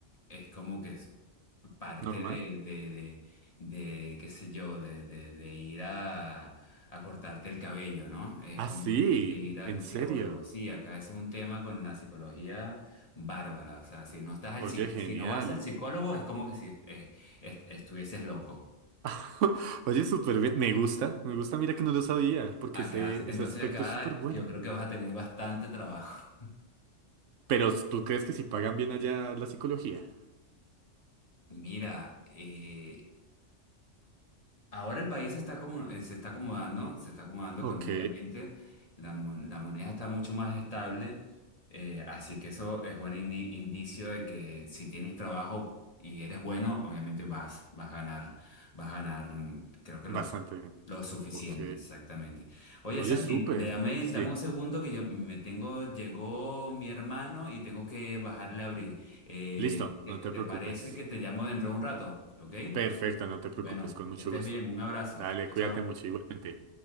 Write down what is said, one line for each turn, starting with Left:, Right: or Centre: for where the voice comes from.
Left: es como que parte
Right: ¿Normal?
Left: de, de, de, de, qué sé yo, de, de, de ir a, a cortarte el cabello, ¿no? Es
Right: Ah,
Left: como
Right: sí,
Left: de ir al
Right: en serio.
Left: psicólogo. Sí, acá es un tema con la psicología bárbara. O sea, si no estás al,
Right: Oye,
Left: psi-
Right: genial.
Left: si no vas al psicólogo, es como que si eh, est- estuvieses loco.
Right: <laughs> Oye, súper bien. Me gusta, me gusta. Mira que no lo sabía, porque
Left: Acá,
Right: ese,
Left: entonces
Right: ese aspecto
Left: acá
Right: es súper bueno.
Left: yo creo que vas a tener bastante trabajo.
Right: Pero ¿tú crees que si pagan bien allá la psicología?
Left: Mira, eh, Ahora el país se está, acomo- eh, se está acomodando, se está acomodando
Right: Ok,
Left: económicamente, la, mon- la moneda está mucho más estable, eh, así que eso es buen indi- indicio de que si tienes trabajo y eres bueno, obviamente vas, vas a ganar, vas a ganar, mm, creo que
Right: bastante
Left: los,
Right: bien.
Left: los suficientes,
Right: Ok.
Left: exactamente. Oye,
Right: Oye,
Left: Santi,
Right: súper.
Left: déjame,
Right: 100.
Left: dame un segundo que yo me tengo, llegó mi hermano y tengo que bajarle a abrir. Eh,
Right: Listo,
Left: ¿te,
Right: no te
Left: te
Right: preocupes.
Left: parece que te llamo dentro de un rato? ¿Ok?
Right: Perfecto, no te preocupes,
Left: Bueno,
Right: con mucho
Left: que estés
Right: gusto.
Left: bien. Un abrazo.
Right: Dale,
Left: Chao.
Right: cuídate
Left: chao.
Right: mucho igualmente.